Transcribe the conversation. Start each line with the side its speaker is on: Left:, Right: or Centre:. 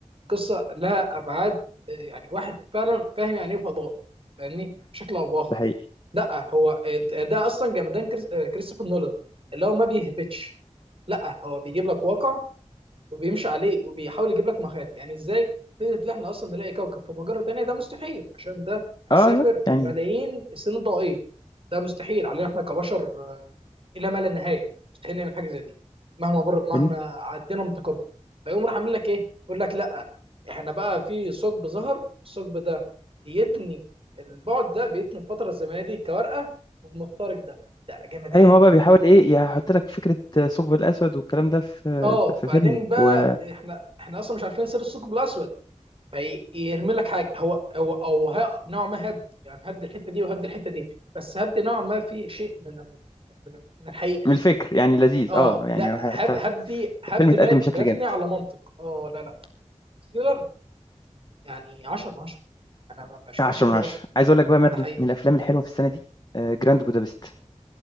Right: قصه لها ابعاد آه، يعني واحد فعلا فاهم يعني ايه فضاء فاهمني بشكل او باخر
Left: ده حقيقي
Right: لا هو آه، ده اصلا جمدان كريس- آه، كريستوفر نولان اللي هو ما بيهبطش لا هو بيجيب لك واقع وبيمشي عليه وبيحاول يجيب لك مخارج يعني ازاي فكره ان احنا اصلا نلاقي كوكب في مجره تانيه ده مستحيل عشان ده هنسافر
Left: اه لا يعني
Right: ملايين السنين الضوئيه ده مستحيل علينا احنا كبشر آه، الى ما لا نهايه مستحيل نعمل حاجه زي دي مهما مر مهما
Left: إن-
Right: عدينا من تقدم فيقوم راح عامل لك ايه يقول لك لا احنا بقى في ثقب ظهر الثقب ده بيتني البعد ده بيتني الفتره الزمنيه دي كورقه وبنخترق ده ده جمدان
Left: ايوه ما هو بقى بيحاول ايه يحط لك فكره ثقب الاسود والكلام ده في
Right: اه
Left: في,
Right: وبعدين
Left: في فيلمه
Right: بقى
Left: ومن
Right: احنا احنا اصلا مش عارفين سر الثقب الاسود فيرمي لك حاجه هو هو او ها- نوعا ما هد يعني هد الحته دي وهد الحته دي بس هد نوعا ما في شيء من ال- من ال- من الحقيقه
Left: الفكر يعني لذيذ
Right: اه
Left: اه يعني
Right: لا
Left: حتى
Right: هد هدي هد
Left: الفيلم اتقدم
Right: ما-
Left: بشكل
Right: مبني
Left: جامد
Right: على منطق اه لا لا سيلر يعني 10 من 10 انا ما ما شفتش
Left: 10
Right: كده
Left: من 10
Right: اصلا
Left: عايز اقول لك بقى مردو
Right: ده حقيقي
Left: من الافلام الحلوه في السنه دي آه جراند بودابست